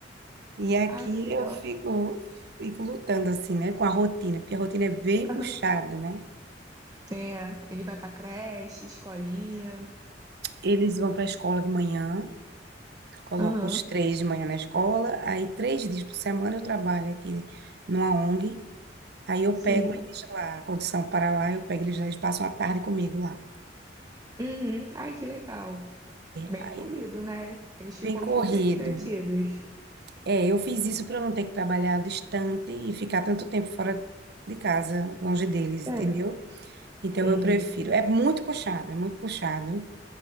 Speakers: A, on the right; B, on the right.
A: E aqui
B: Assim,
A: eu
B: ó.
A: fico, fico lutando assim, né, com a rotina, porque a rotina é bem
B: Aham.
A: puxada, né?
B: É, ele vai pra creche, escolinha.
A: Eles vão para a escola de manhã, coloco
B: Aham,
A: os três de manhã na escola, aí três dias por semana eu trabalho aqui numa ONG, aí eu
B: sim.
A: pego eles lá, quando são para lá, eu pego eles lá, eles passam a tarde comigo lá.
B: Uhum. Ai, que legal. Bem
A: Aí,
B: corrido, né? Eles ficam
A: bem corrido.
B: o dia inteiro entretidos.
A: É, eu fiz isso para não ter que trabalhar distante e ficar tanto tempo fora de casa, longe deles,
B: É,
A: entendeu? Então
B: entendi.
A: eu prefiro. É muito puxado, é muito puxado